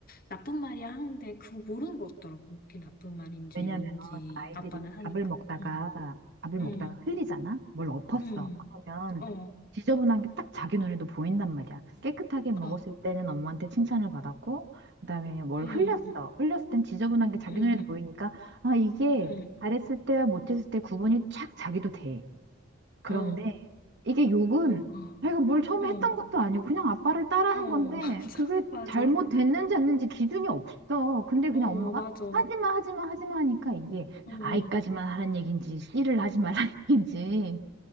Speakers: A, on the left; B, on the right.
A: 나쁜 말이야 하는데, 그거 모르는 것 같더라고. 그게 나쁜 말인지
B: 왜냐면
A: 뭔지,
B: 아이들이
A: 아빠는 하니까.
B: 밥을 먹다가
A: 응,
B: 밥을 먹다가
A: 응,
B: 흘리잖아. 뭘 엎었어.
A: 응,
B: 그러면
A: 어,
B: 지저분한 게 딱 자기 눈에도 보인단 말이야. 깨끗하게 먹었을
A: 어,
B: 때는 엄마한테 칭찬을 받았고, 그다음에 뭘
A: 응,
B: 흘렸어. 흘렸을 땐 지저분한 게 자기
A: 응,
B: 눈에도 보이니까 아 이게
A: 응,
B: 잘했을 때와 못했을 때 구분이 쫙 자기도 돼. 그런데
A: 어,
B: 이게 욕은
A: 오, 어,
B: 자기가 뭘 처음에
A: 어,
B: 했던 것도 아니고 그냥 아빠를 따라한
A: 어,
B: 건데
A: <laughs> 맞아,
B: 그게
A: 맞아,
B: 잘못됐는지 않는지 기준이 없어. 근데 그냥
A: 어,
B: 엄마가
A: 맞아,
B: 하지마 하지마 하지마 하니까 이게
A: 어.
B: 아이까지만 하란 얘기인지 씨를 하지 말란 얘기인지